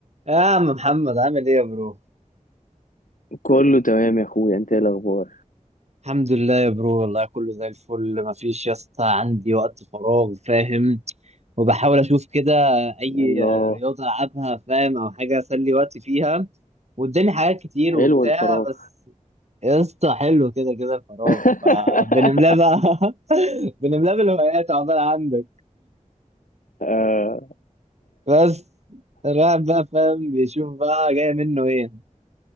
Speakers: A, on the right; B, on the left.
A: يا عم محمد عامل ايه يا برو
B: كله تمام يا اخويا انت ايه الاخبار
A: الحمد لله يا برو والله كله زي الفل مفيش يا اسطى عندي وقت فراغ فاهم وبحاول اشوف كده اي
B: الله
A: رياضه العبها فاهم او حاجه اسلي وقتي فيها وقدامي حاجات كتير
B: حلو
A: وبتاع
B: الفراغ
A: بس يا اسطى حلو كده كده الفراغ
B: <laughs>
A: فبنملاه بقى <laughs> بنملاه بالهوايات عقبال عندك
B: آه.
A: بس الواحد بقى فاهم بيشوف بقى جاي منه ايه